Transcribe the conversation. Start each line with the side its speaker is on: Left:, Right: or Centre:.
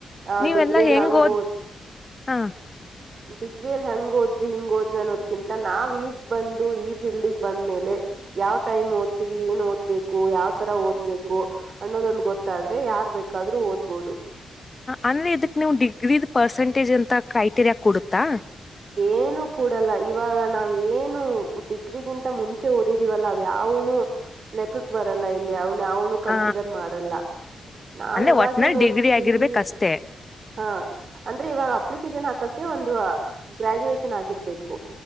Right: ಹ
Left: ನೀವೆಲ್ಲಾ
Right: ಡಿಗ್ರಿಯಲ್ಲಿ
Left: ಹೆಂಗ್
Right: ಹಂಗ
Left: ಓದ್
Right: ಒದ್ದೆ
Left: ಹ
Right: ಡಿಗ್ರಿಲ್ಲಿ ಹ ಹೆಂಗ ಹೋದ್ವಿ ಹಿಂಗ ಹೋದ್ವಿ ಅನ್ನೋದ ಕಿಂತ ನಾವ್ ಈಗ್ ಬಂದ ಈ ಫೀಲ್ಡ್ಗೆ ಬಂದ ಮೇಲೆ ಯಾವ ಟೈಮ್ ಓದ್ತಿವಿ ಏನ್ ಓದ್ಬೇಕು ಯಾವ್ರ ಓದ್ಬೇಕು ಅನ್ನೋದೊಂದ ಗೊತ್ತಾದ್ರೆ ಯಾರ್ ಬೇಕಾದ್ರೂ ಓದ್ಬೋದು
Left: ಅಂದ್ರೆ ಇದಕ್ ನೀವು ಡಿಗ್ರಿದ್ ಪರ್ಸೆಂಟೇಜ್ ಅಂತ ಕ್ರೈಟೇರಿಯಾ ಕೊಡುತ್ತಾ
Right: ಏನು ಕೂಡಲ್ಲ ಇವಾಗ ನಾವ ಏನು ಡಿಗ್ರಿಗಿಂತ ಮುಂಚೆ ಓದಿದೀವಲ್ಲ ಅವ ಯಾವನು ಲೆಕ್ಕಕ್ ಬರಲ್ಲ ಇಲ್ಲಿ ಯವು ಯಾನು ಕನ್ಸಿಡರ್
Left: ಹ
Right: ಮಾಡಲ್ಲ ನಾವು
Left: ಅಂದ್ರೆ
Right: ಇವಾಗೇನು
Left: ಒಟ್ನಲ್ಲಿ ಡಿಗ್ರಿ
Right: ಓದ್ತೀವಿ
Left: ಆಗಿರ್ಬೇಕಷ್ಟೇ
Right: ಹಾ ಅಂದ್ರೆ ಇವಾಗ ಅಪ್ಲಿಕೇಶನ್ ಹಾಕ ಕೆ ಒಂದುವ ಗ್ರ್ಯಾಜುಯೇಷನ್ ಆಗಿರ್ಬೇಕು